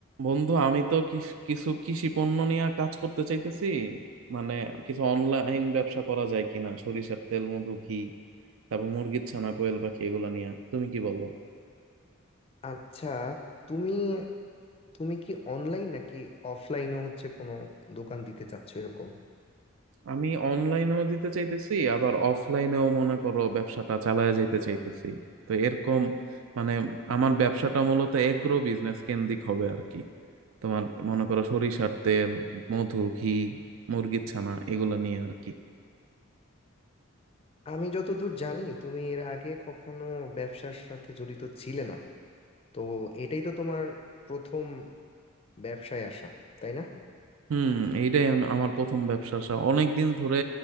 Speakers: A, on the right; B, on the left.
A: বন্ধু আমি তো কিস- কিছু কৃষি পণ্য নিয়ে কাজ করতে চাইতেছি মানে কিছু অনলাইন ব্যবসা করা যায় কিনা সরিষার তেল মধু ঘি তারপর মুরগির ছানা কোয়েল পাখি এগুলা নিয়ে তুমি কি বলো
B: আচ্ছা তুমি তুমি কি অনলাইন নাকি অফলাইনও হচ্ছে কোনো দোকান দিতে চাচ্ছো এরকম
A: আমি অনলাইনেও দিতে চাইতেছি আবার অফলাইনেও মনে করো ব্যবসাটা চালায় যাইতে চাইতেছি তো এরকম মানে আমার ব্যবসাটা মূলত এগ্রো বিজনেস কেন্দ্রিক হবে আর কি তোমার মনে করো সরিষার তেল মধু ঘি মুরগির ছানা এগুলা নিয়ে আর কি
B: আমি যতদূর জানি তুমি এর আগে কখনো ব্যবসার সাথে জড়িত ছিলে না তো এটাই তো তোমার প্রথম ব্যবসায় আসা তাই না
A: হুম এইটাই আমি আমার প্রথম ব্যবসা আসা অনেক দিন ধরে